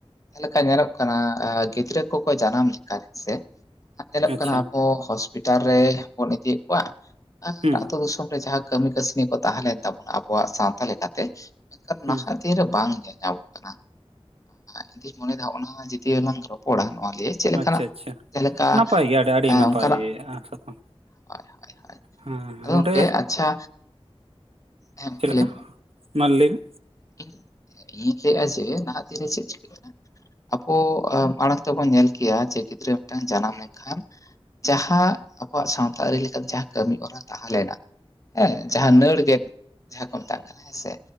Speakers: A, on the left; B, on the right.
A: ᱡᱟᱦᱟᱸ ᱞᱮᱠᱟ ᱧᱮᱞᱚᱜ ᱠᱟᱱᱟ ᱜᱤᱫᱽᱨᱟᱹ ᱠᱚᱠᱚ ᱡᱟᱱᱟᱢ ᱞᱮᱱᱠᱷᱟᱱ ᱦᱮᱸᱥᱮ ᱧᱮᱞᱚᱜ
B: ᱟᱪᱪᱷᱟ
A: ᱠᱟᱱᱟ ᱟᱵᱚ ᱦᱚᱥᱯᱤᱴᱟᱞ ᱨᱮᱵᱚᱱ ᱤᱫᱤᱭᱮᱫ ᱠᱚᱣᱟ ᱟᱨ
B: ᱦᱩᱸ
A: ᱟᱹᱛᱩ ᱫᱤᱥᱚᱢ ᱨᱮ ᱡᱟᱦᱟᱸ ᱠᱟᱹᱢᱤ ᱠᱟᱹᱥᱱᱤ ᱠᱚ ᱛᱟᱦᱮᱸ ᱞᱮᱱ ᱛᱟᱵᱚᱱᱟ ᱟᱵᱚᱣᱟᱜ ᱥᱟᱶᱛᱟ ᱞᱮᱠᱟᱛᱮ ᱢᱮᱱᱠᱷᱟᱱ
B: ᱦᱩᱸ
A: ᱱᱟᱦᱟᱸᱜ ᱫᱤᱱ ᱨᱮ ᱵᱟᱝ ᱧᱮᱞ ᱧᱟᱢᱚ ᱟᱸ ᱤᱧ ᱫᱩᱧ ᱢᱚᱱᱮ ᱮᱫᱟ ᱱᱚᱣᱟ ᱦᱚᱸ ᱡᱩᱫᱤᱞᱟᱝ ᱨᱚᱯᱚᱲᱟ ᱱᱚᱣᱟ ᱜᱤ ᱪᱮᱫ ᱞᱮᱠᱟᱱᱟᱜ
B: ᱟᱪᱪᱷᱟ ᱟᱪᱪᱷᱟ
A: ᱡᱮᱞᱮᱠᱟ
B: ᱱᱟᱯᱟᱭ ᱜᱮ ᱟᱹᱰᱤ ᱟᱹᱰᱤ
A: ᱚᱱᱠᱟᱱᱟᱜ
B: ᱱᱟᱯᱟᱭ ᱟᱸ, ᱥᱟᱛᱟᱢ
A: ᱦᱳᱭ ᱦᱳᱭ ᱦᱳᱭ
B: ᱦᱮᱸ
A: ᱟᱫᱚ ᱜᱚᱝᱠᱮ
B: ᱱᱚᱰᱮ
A: ᱟᱪᱪᱷᱟ ᱦᱮᱸ ᱜᱚᱝᱠᱮ
B: ᱪᱮᱫ ᱞᱮᱠᱟ
A: ᱞᱟᱹᱭ ᱢᱮ
B: ᱢᱟ ᱞᱟᱹᱭ ᱢᱮᱼᱼ
A: ᱤᱧ ᱤᱧ ᱞᱟᱹᱭ ᱮᱫᱟ ᱡᱮ ᱱᱟᱦᱟᱸᱜ ᱫᱤᱱ ᱨᱮ ᱪᱮᱫ ᱪᱤᱠᱟᱹᱜ ᱠᱟᱱᱟ? ᱟᱵᱚ ᱢᱟᱲᱟᱝ ᱛᱮᱵᱚᱱ ᱧᱮᱞ ᱠᱮᱭᱟ ᱡᱮ ᱜᱤᱫᱽᱨᱟᱹ ᱢᱤᱫᱴᱟᱱ ᱡᱟᱱᱟᱢ ᱞᱮᱱᱠᱷᱟᱱ ᱡᱟᱦᱟᱸ ᱟᱵᱚᱣᱟᱜ ᱥᱟᱶᱛᱟ ᱟᱹᱨᱤ ᱞᱮᱠᱟᱛᱮ ᱡᱟᱦᱟᱸ ᱠᱟᱹᱢᱤ ᱦᱚᱨᱟ ᱛᱟᱦᱮᱸ ᱞᱮᱱᱟ ᱦᱮᱸ ᱡᱟᱦᱟᱸ ᱱᱟᱲ ᱜᱮᱫ ᱡᱟᱦᱟᱸ ᱠᱚ ᱢᱮᱛᱟᱜ ᱠᱟᱱᱟ ᱦᱮᱸ ᱥᱮ